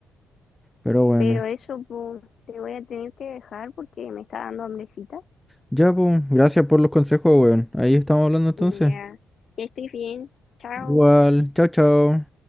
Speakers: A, in the centre; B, on the left.
A: Pero bueno.
B: Pero eso, pues, te voy a tener que dejar porque me está dando hambrecita.
A: Ya, pues, gracias por los consejos, weón. Ahí estamos hablando entonces.
B: Ya, ya estoy bien. Chao.
A: Igual, chao, chao.